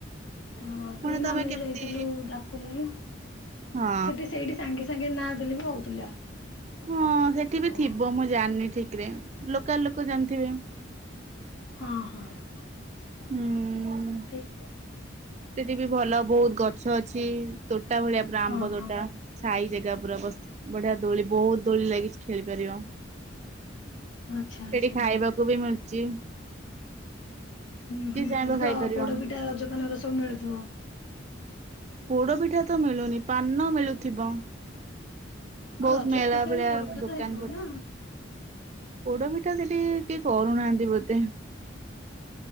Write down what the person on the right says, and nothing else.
ପୁଣି
ତମେ
କେମିତି
ହଁ
ହଁ ସେଠି
ବି ଥିବ
ମୁଁ ଜାଣିନି ଠିକ ରେ ଲୋକାଲ ଲୋକ ଜାଣିଥିବେ।
ହୁଁ। ସେଠି ବି ଭଲ ବହୁତ ଗଛ ଅଛି ତୋଟା ଭଳିଆ ପୁର ଆମ୍ବ
ତୋଟା।
ସାଇ ଜାଗା ପୁରା ବସ ବଢିଆ ଦୋଳି ବହୁତ ଦୋଳି ଲାଗିଛି ଖେଳି ପାରିବ।
ସେଠି
ଖାଇବାକୁ ବି ମିଳୁଛି।
ଯିଏ
ଚାହିଁବ
ଖାଇପାରିବ।
ପୋଡ ପିଠା ତ ମିଳୁନି ପାନ ମିଳୁଥିବ।
ବହୁତ
ମେଳା
ଭଳିଆ
ଦୋକାନ
ପଡୁଛି।
ପୋଡ ପିଠା ସେଠି କିଏ କରୁନାହାନ୍ତି ବୋଧେ।